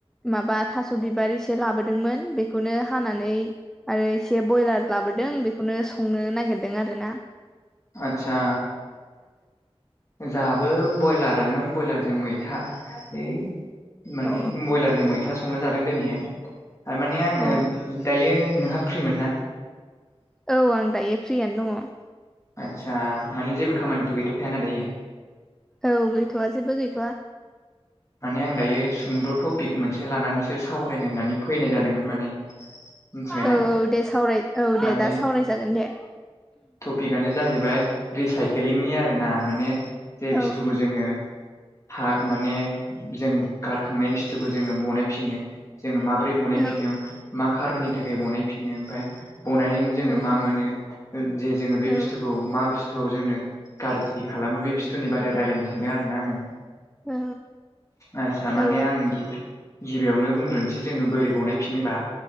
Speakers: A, in the centre; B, on the left (about 30°).
A: माबा थास' बिबार एसे लाबोदोंमोन बेखौनो हानानै आरो एसे ब्रयलार लाबोदों बेखौनो संनो नागिरदों आरो ना।
B: आतसा! ओ जाहाबो ब्रयलारानोमोन, ब्रयलारजों मैथा इ माने
A: अ
B: बयलारजों मैथा संना जादों दिनैहाय, थारमाने आङो
A: अ
B: दायो नोंहा फ्रिमोन ना?
A: औ आं दायो फ्रियानो दङ।
B: आतसा माने जेबो खामानिथ' गैथ'खायाना दायो?
A: औ गैथ'वा जेबो गैथ'वा।
B: माने आं दायो सुंद' टपिक मोनसे लानानैसो सावरायनो होननानै फैनाय जादोंमोन माने। मिथिबायना
A: औ औ दे सावराय औ
B: माने
A: दे दा सावरायजागोन दे।
B: टपिकआनो जाहैबाय रिसाइकेलिंनि आरो ना माने जे बुस्थुखौ
A: औ
B: जोङो हा माने जों गारखांनाय बुस्थुखौ जोङो बनाय फिनो जोङो मा बोरै बनायफिनो,
A: औ
B: मा खारननि थाखाय बनायफिनो, ओमफ्राय बनायनानै जोङो
A: औ
B: मा मोनो जे जोङो बे
A: औ
B: बुस्थुखौ मा बुस थुआव जोंनो गाज्रि खालामो, बे बुस्तुनि बारै रायज्लायनो सानदों आरो ना आङो।
A: औ
B: आदसा माने
A: औ
B: आं गिबियावनो बुंग्रोनोसै जोङो बोरै बावनायफिनो होनबा